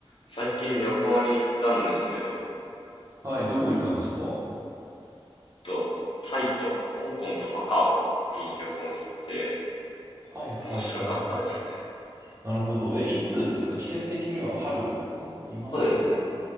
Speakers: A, on the left; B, on the right.
A: 最近旅行に行ったんですけど、
B: はい、どこ行ったんですかは
A: と、タイと香港とマカオに旅行に行って
B: いはいはい。
A: 面白かったですね。
B: なるほど。え、いつですか季節的には春、ん今頃
A: そうですね。